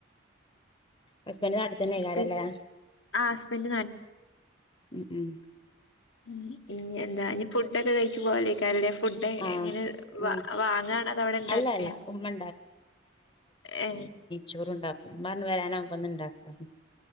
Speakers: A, on the left; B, on the left.
A: ഹസ്ബൻഡ് നാട്ടിൽ തന്നെകാരല്ലേ
B: പിന്നെ ആ ഹസ്ബൻഡ്
A: മ് മ്
B: ഉ ഇനി എന്താ ഇനി ഫുഡൊക്കെ കഴിച്ചു പോവാലെകാരം ലെ ഫുഡ്
A: ആഹ്
B: എങ്ങനെ
A: ഉം
B: വാങ്ങാണ അതവടെ ഇണ്ടാക്കെ
A: അല്ല അല്ല ഉമ്മ
B: ഹെ
A: ചോറുംണ്ടാക്കും ഉമ്മന്ന് വരാനാവകുമന്ന ഉണ്ടാക്കാന്